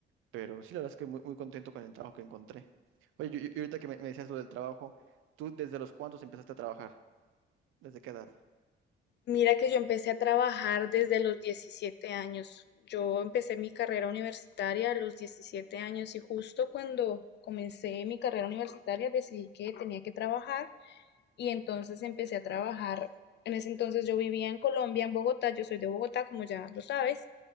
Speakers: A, on the right; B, on the left.
A: Pero sí, la verdad es que muy, muy contento con el trabajo que encontré. Oye, y, y ahorita que me, me decías lo del trabajo, ¿tú desde los cuántos empezaste a trabajar? ¿Desde qué edad?
B: Mira que yo empecé a trabajar desde los 17 años. Yo empecé mi carrera universitaria a los 17 años y justo cuando comencé mi carrera universitaria decidí que tenía que trabajar y entonces empecé a trabajar. En ese entonces yo vivía en Colombia, en Bogotá, yo soy de Bogotá, como ya lo sabes,